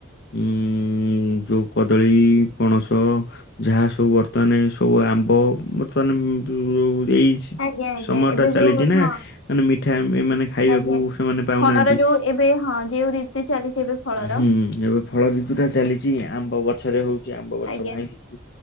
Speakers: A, on the left (about 55°); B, on the left (about 75°).
A: ଉଁ ଯୋଉ କଦଳୀ ପଣସ ଯାହା ସବୁ ବର୍ତ୍ତମାନ ସବୁ ଆମ୍ବ ବର୍ତ୍ତମାନ ଯଉ ଏଇ
B: ଆଜ୍ଞା ଆଜ୍ଞା
A: ସମୟଟା
B: ଏବେ
A: ଚାଲିଛି
B: ଯୋଉ
A: ନା
B: ହଁ
A: ମାନେ ମିଠା ଏ ମାନେ ଖାଇବାକୁ
B: ଆଜ୍ଞା
A: ସେମାନେ ପାଉନାହାଁନ୍ତି,
B: ଫଳର ଯୋଉ ଏବେ ହଁ ଯୋଉ ଋତୁ ଚାଲିଛି ଏବେ ଫଳର
A: ହୁଁ ଏବେ ଫଳ ବି ପୁରା ଚାଲିଛି ଆମ୍ବ ଗଛରେ ହଉ ଏ ଆମ୍ବ ଗଛ
B: ଆଜ୍ଞା
A: ଭାଙ୍ଗି